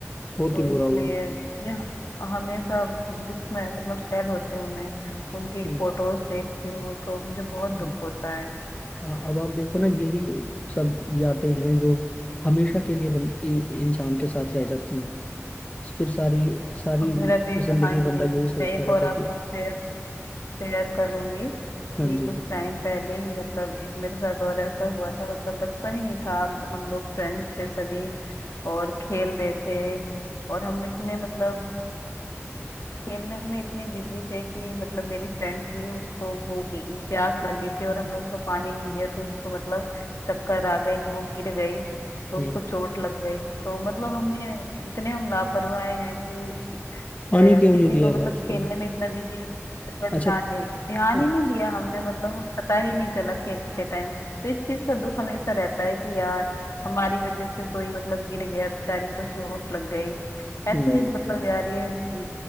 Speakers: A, on the left (about 30°); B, on the left (about 75°).
A: बहुत
B: तो
A: ही
B: इसलिए
A: बुरा हुआ
B: जहाँ- हमेशा दुख में मतलब सैड होती हूँ मैं उनकी
A: हम्म,
B: फोटोज देखती हूँ तो मुझे बहुत
A: हम्म।
B: दुख होता है
A: हाँ, अब आप देखो ना यही सब यादें हैं जो हमेशा के लिए बन, इ, इंसान के साथ रह जाती हैं फिर सारी सारी
B: और फिर अभी
A: जिंदगी
B: हाँ जी
A: बंदा यही सोचता
B: मैं एक
A: रहता
B: और आपको
A: है कि
B: शेयर शेयर करूंगी
A: हाँ
B: कि
A: जी
B: कुछ टाइम पहले ही मतलब एक मेरे साथ और ऐसा हुआ था मतलब बचपन ही था हम लोग फ्रेंड्स थे सभी और खेल रहे थे और हम इतने मतलब खेलने में इतने बिजी थे कि मतलब मेरी फ्रेंड थी उसको भूख प्यास लगी थी और हमने उसको पानी नहीं दिया तो उसको मतलब चक्कर आ गए कि वो गिर गई तो
A: हम्म
B: उसको चोट लग गई तो मतलब हमें इतने हम लापरवाह हैं कि
A: पानी
B: अ,
A: क्यों
B: किसी
A: नहीं दिया
B: को मतलब
A: था उसको
B: खेलने में इतना बिजी है का ध्यान
A: अच्छा
B: नहीं ध्यान
A: अच्छा,
B: ही नहीं दिया हमने मतलब हमें पता ही नहीं चला खेलते टाइम तो इस चीज का दुख हमेशा रहता है कि यार हमारी वजह से कोई मतलब गिर गया बेचारी को चोट लग गई ऐसे
A: हम्म
B: मतलब यार ये अम,